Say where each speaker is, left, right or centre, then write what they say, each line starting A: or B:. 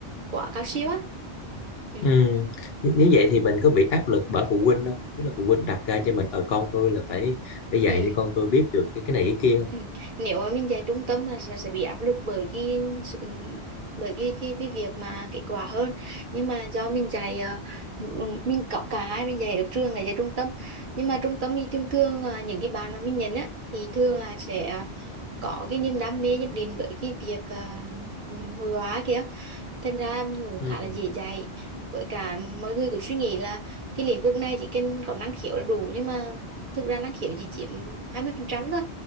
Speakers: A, on the right (about 55°); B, on the left (about 65°).
A: quá cao siêu á ừ.
B: ừ. N- nếu vậy thì mình có bị áp lực bởi phụ huynh không tức là phụ huynh đặt ra cho mình ở con tôi là phải phải dạy
A: Ừ.
B: cho con tôi biết được cái cái này cái kia không
A: Ừ. Nếu mà mình dạy trung tâm là sẽ, sẽ bị áp lực bởi cái sự bởi cái, cái cái việc mà kết quả hơn nhưng mà do mình dạy ờ, m- mình có cả hai mình dạy ở trường là dạy trung tâm nhưng mà trung tâm thì thường thường là những cái bạn mà mình nhận á thì thường là sẽ có cái niềm đam mê nhất định với cái việc uh, hội họa kia thật ra anh cũng
B: ừ
A: khá là dễ dạy với cả mọi người cứ suy nghĩ là cái lĩnh vực này chỉ cần có năng khiếu là đủ nhưng mà thực ra năng khiếu chỉ chiếm 20% thôi